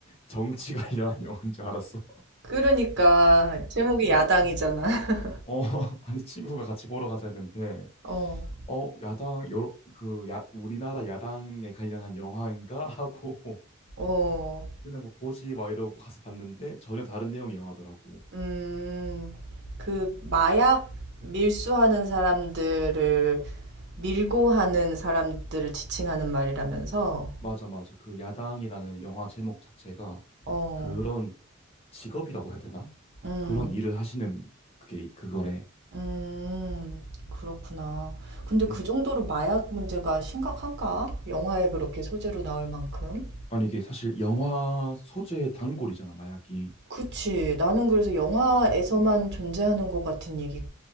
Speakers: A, on the left; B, on the right.
A: 정치 관련한 <laughs> 영화인 줄 알았어.
B: 그러니까 제목이 야당이잖아. <laughs>
A: 어, <laughs> 아니 친구가 같이 보러 가자 했는데
B: 어.
A: 어, 야당 여러 그 야, 우리나라 야당에 관련한 영화인가 하고 <laughs>
B: 어.
A: 그냥 뭐 보지 막 이러고 가서 봤는데 전혀 다른 내용의 영화더라고.
B: 음. 그 마약 밀수하는 사람들을 밀고 하는 사람들을 지칭하는 말이라면서.
A: 맞아, 맞아. 그 야당이라는 영화 제목 자체가
B: 어.
A: 그런 직업이라고 해야 되나?
B: 음.
A: 그런 일을 하시는 그게 그거래.
B: 음. 그렇구나. 근데 그
A: 음.
B: 정도로 마약 문제가 심각한가? 영화에 그렇게 소재로 나올 만큼.
A: 아니 이게 사실 영화 소재의 단골이잖아, 마약이.
B: 그치. 나는 그래서 영화에서만
A: 음.
B: 존재하는 것 같은 얘기,